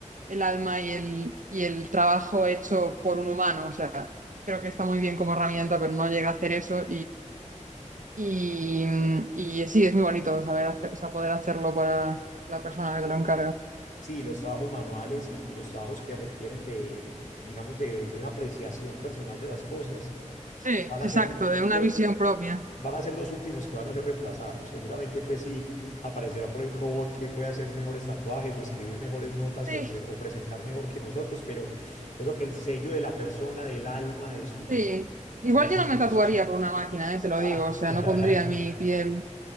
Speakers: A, on the right; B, on the left.
A: el alma y el, y el trabajo hecho por un humano. O sea, creo que está muy bien como herramienta, pero no llega a hacer eso y, mm, y sí, es muy bonito saber hacer, o sea, poder hacerlo para la persona que te lo encarga.
B: sí, los trabajos manuales y, y los trabajos que requieren de, digamos, de, de una apreciación personal de las cosas
A: Sí,
B: van a
A: exacto,
B: ser
A: de una
B: lo-
A: visión propia.
B: van a ser los últimos que van a ser reemplazados. Seguramente, pues sí, aparecerá por ahí un robot que pueda hacer mejores tatuajes o escribir mejores notas
A: Sí,
B: o, pre- o presentar mejor que nosotros, pero yo creo que el sello de la persona, del alma, de su,
A: sí. Igual
B: de sus-
A: yo no me tatuaría
B: de su ser.
A: por una máquina, eh, te lo
B: Ah.
A: digo, o sea,
B: <laughs>
A: no pondría mi piel.